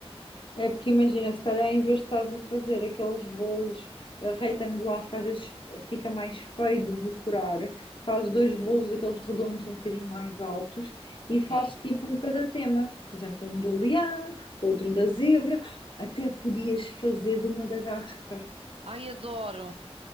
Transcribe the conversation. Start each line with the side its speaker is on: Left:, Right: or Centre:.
Left: É porque imagina, se calhar em vez de estares a fazer aqueles bolos eh, retangulares que às vezes fica mais feio de decorar, fazes dois bolos daqueles redondos um bocadinho mais altos e fazes
Right: Sim.
Left: tipo um cada tema, por exemplo, um do leão, outro da zebra, até podias fazer de uma Madagascar.
Right: Ai, adoro.